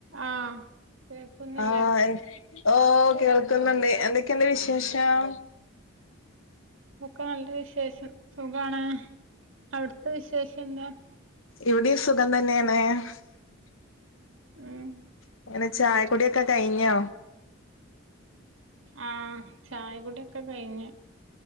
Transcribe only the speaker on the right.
ആഹ് കേക്കുന്നില്ലേ
ഒക്കെ നല്ല വിശേഷം സുഖമാണ് അവിടുത്തെ വിശേഷം എന്താ
ഉം
ആഹ ചായകുടിയൊക്കെ കഴിഞ